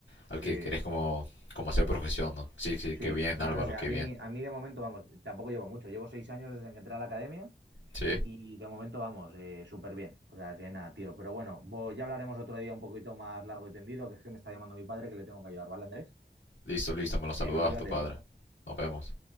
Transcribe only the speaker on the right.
sí,
sí.
Ma-
No sé, a
mí,
a mí de momento, vamos, tampoco llevo mucho, llevo seis años desde que entré a la academia
y de momento, vamos, eh, súper bien. O sea, que nada, tío, pero bueno, vo- ya hablaremos otro día un poquito más largo y tendido, que es que me está llamando mi padre que le tengo que ayudar, ¿vale, Andrés?
Venga, cuídate,
tío.